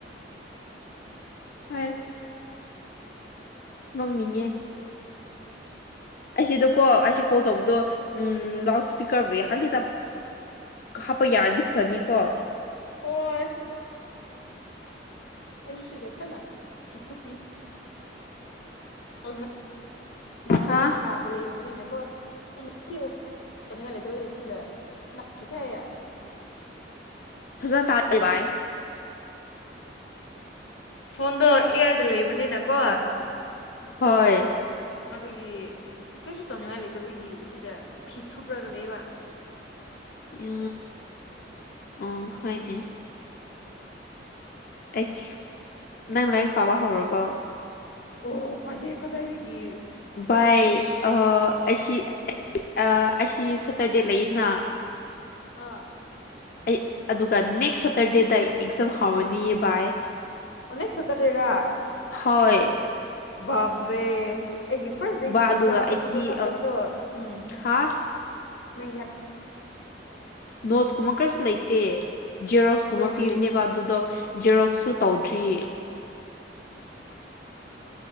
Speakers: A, on the left; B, on the left.
A: ꯍꯣꯏꯌꯦ꯫ ꯅꯣꯛꯅꯤꯡꯉꯦ꯫ ꯑꯩꯁꯤꯗꯨꯀꯣ ꯑꯩꯁꯤ ꯀꯣꯜ ꯇꯧꯕꯗꯣ ꯎꯝ ꯂꯥꯎꯁ ꯄꯤꯀꯔꯞ ꯋꯦ ꯍꯥꯟꯗꯤ ꯗꯥꯞ ꯍꯥꯞꯄ ꯌꯥꯔꯗꯤ ꯐꯅꯤꯀꯣ꯫
B: ꯍꯣꯏ ꯑꯩꯁꯨ ꯁꯤꯗ ꯀꯟꯅ ꯐꯤ ꯊꯨꯞꯄꯤ꯫ <unintelligible> ꯅꯥꯀꯣꯡ
A: ꯍꯥ
B: ꯅꯥꯗ ꯂꯩ꯫ ꯑꯩꯅꯀꯣ <unintelligible> ꯆꯤꯡꯈꯩ
A: ꯐꯥꯖꯅ ꯇꯥꯗꯦ ꯕꯥꯏ꯫
B: ꯐꯣꯟꯗꯣ ꯏꯌꯥꯔꯗ ꯂꯩꯕꯅꯤꯅꯀꯣ꯫
A: ꯍꯣꯏ꯫
B: ꯑꯗꯨꯒꯤ ꯀꯩꯁꯨ ꯇꯧꯅꯤꯡꯉꯥꯏ ꯂꯩꯇꯕꯒꯤ ꯁꯤꯗ ꯐꯤ ꯊꯨꯞꯔꯥꯒ ꯂꯩꯕ꯫
A: ꯏꯌꯥ ꯑꯣ ꯍꯣꯏꯗꯦ꯫ ꯑꯦꯒꯤ ꯅꯪ ꯂꯥꯏꯔꯤꯛ ꯄꯥꯕ ꯍꯧꯔꯕꯣ꯫
B: ꯑꯣ ꯄꯥꯗꯦ ꯀꯗꯥꯏꯗꯒꯤ
A: ꯕꯥꯏ
B: ꯑꯁ
A: ꯑꯥ ꯑꯩꯁꯤ ꯑ ꯑꯩꯁꯤ ꯁꯇꯔꯗꯦ ꯂꯩꯌꯦꯅ꯫
B: ꯑ
A: ꯑꯩ ꯑꯗꯨꯒ ꯅꯦꯛꯁ ꯁꯇꯔꯗꯦꯗ ꯑꯩ ꯑꯦꯛꯖꯥꯝ ꯍꯥꯎꯔꯅꯤꯌꯦ ꯕꯥꯏ꯫
B: ꯑꯣ ꯅꯦꯛꯁ ꯁꯇꯔꯗꯦꯔ꯫
A: ꯍꯣꯏ
B: ꯕꯄꯔꯦ꯫ ꯑꯩꯒꯤ ꯐꯥꯔꯁ ꯗꯦꯒꯤ
A: ꯕꯥ
B: ꯑꯦꯛꯖꯥꯝ
A: ꯑꯗꯨꯒ
B: ꯊꯣꯛꯄꯗꯣ
A: ꯑꯩꯗꯤ
B: ꯁꯕꯖꯦꯛꯇꯣ ꯎꯝ
A: ꯍꯥ
B: ꯅꯪꯒꯤ <unintelligible>
A: ꯅꯣꯠꯁ ꯀꯨꯝꯕ ꯀꯔꯤꯁꯨ ꯂꯩꯇꯦ꯫ ꯖꯦꯔꯣꯛꯁ
B: ꯑꯩꯈꯣꯏꯒꯤ
A: ꯀꯨꯝꯕ ꯄꯤꯕꯅꯦꯕ ꯑꯗꯨꯗꯣ ꯖꯦꯔꯣꯛꯁꯁꯨ ꯇꯧꯗ꯭ꯔꯤ꯫